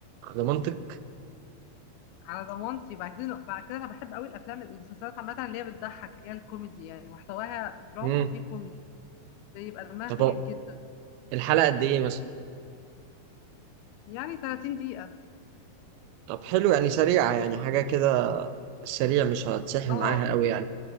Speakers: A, on the right (about 90°); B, on the left (about 90°).
A: ده منطق
B: على ضمانتي بعد كده بعد كده انا بحب قوي الافلام المسلسلات عامه اللي هي بتضحك اللي هي الكوميدي يعني محتواها دراما
A: امم
B: وفيه كوميدي بيبقى دمها
A: طب
B: خفيف
A: هو
B: جدا
A: الحلقه قد ايه مثلا
B: يعني 30 دقيقة
A: طب حلو يعني سريعه يعني حاجه كده سريع مش هتسحل
B: اه
A: معاها قوي يعني